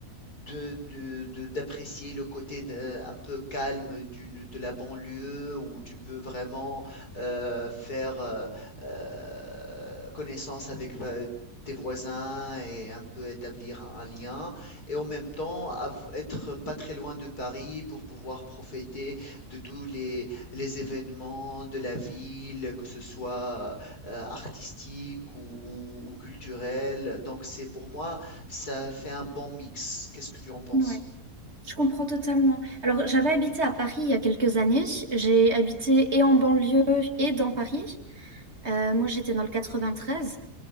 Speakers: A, on the left; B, on the right.
A: de, de- de- d'apprécier le côté de- un peu calme d'une, de la banlieue où tu peux vraiment euh, faire euh, euh, connaissance avec va- tes voisins et un peu établir un un lien et en même temps av- être pas très loin de Paris pour pouvoir profiter de tous les, les événements de la ville, que ce soit euh, artistique ou, ou, ou culturel. Donc c'est pour moi, ça fait un bon mix. Qu'est-ce que tu en penses?
B: Mhm. Ouais, je comprends totalement. Alors, j'avais habité à Paris il y a quelques années. J'ai habité et en banlieue et dans Paris. Euh, moi, j'étais dans le 93.